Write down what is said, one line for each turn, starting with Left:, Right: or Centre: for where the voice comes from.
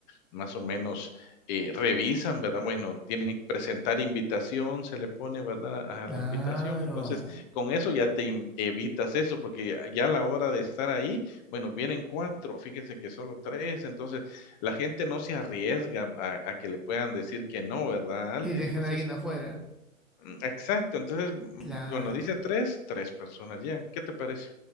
Left: más o menos eh, revisan, ¿verdad? Bueno, tienen que presentar invitación, se le pone, ¿verdad? A
Centre: claro.
Left: la invitación. Entonces, con eso ya te in- evitas eso, porque ya, ya a la hora de estar ahí, bueno, vienen cuatro, fíjese que solo tres. Entonces, la gente no se arriesga a, a que le puedan decir que no, ¿verdad? A alguien.
Centre: Y dejen
Left: Entonces,
Centre: a alguien afuera.
Left: mm, exacto. Entonces, mm,
Centre: Claro.
Left: bueno, dice tres, tres personas llegan. ¿Qué te parece?